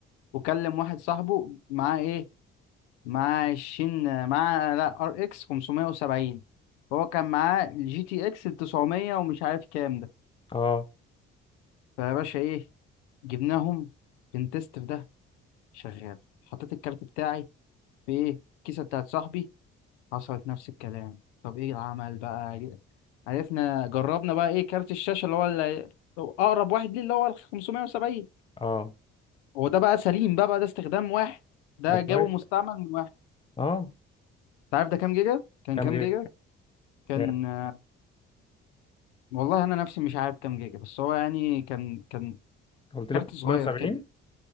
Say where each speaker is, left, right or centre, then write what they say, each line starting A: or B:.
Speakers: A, on the left; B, on the left.
A: وكلم واحد صاحبه معاه ايه معاه عشرين معاه لا ار اكس 570 هو كان معاه الجي تي اكس 900 ومش عارف كام ده
B: اه
A: فيا باشا ايه جبناهم بنتست في ده شغال حطيت الكارت بتاعي في ايه الكيسه بتاعت صاحبي حصلت نفس الكلام طب ايه العمل بقى عرفنا جربنا بقى ايه كارت الشاشه اللي هو اللي هو اقرب واحد ليه اللي هو ال 570
B: اه
A: هو ده بقى سليم بقى بقى ده استخدام واحد ده
B: ده كويس
A: جابه مستعمل من واحد
B: اه
A: انت عارف ده كام جيجا كان
B: كام
A: كام
B: جيجا
A: جيجا كان
B: كام
A: آه، والله انا نفسي مش عارف كام جيجا بس هو يعني كان كان
B: قلت لي
A: كارت
B: 570
A: صغير كده